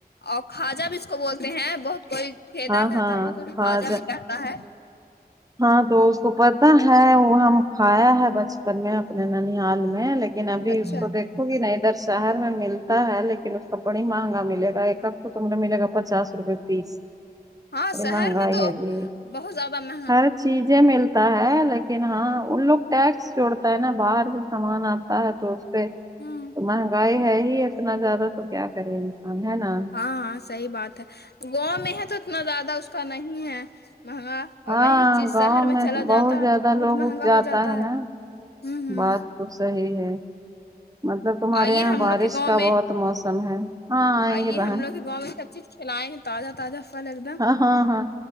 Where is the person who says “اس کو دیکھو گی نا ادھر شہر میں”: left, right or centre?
Right